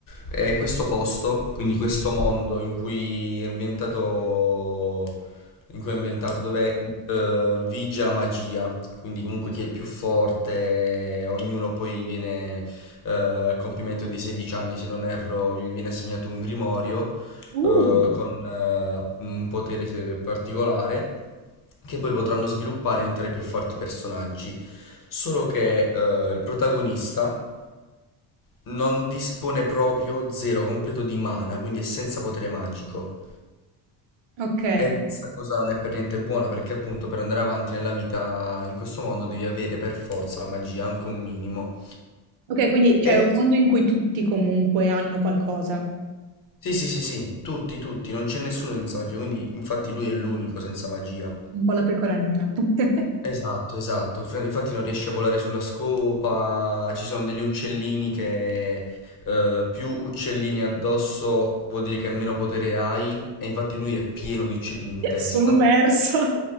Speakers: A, on the left (about 45°); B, on the right (about 70°).
A: è questo posto, quindi questo mondo in cui è ambientato, in cui è ambientato dove eh, vige la magia. Quindi comunque chi è il più forte, ognuno poi viene eh, al compimento dei 16 anni, se non erro, gli viene assegnato un grimorio
B: Uh.
A: eh, con eh, un potere se- particolare che poi potranno sviluppare e diventare più forti personaggi. Solo che eh, il protagonista non dispone proprio zero completo di mana, quindi è senza potere magico.
B: Ok.
A: E questa cosa non è per niente buona perché appunto per andare avanti nella vita in questo mondo devi avere per forza la magia, anche un minimo.
B: Ok, quindi c'è
A: E...
B: un mondo in cui tutti comunque hanno qualcosa,
A: Sì, sì, sì, sì, tutti, tutti, non c'è nessuno senza magia, quindi infatti lui è l'unico senza magia.
B: un po' la pecora nera. <laughs>
A: Esatto, esatto. Fra- Infatti non riesce a volare sulla scopa, ci sono degli uccellini che eh, più uccellini addosso vuol dire che meno potere hai e infatti lui è pieno di uccellini in testa.
B: Sommerso.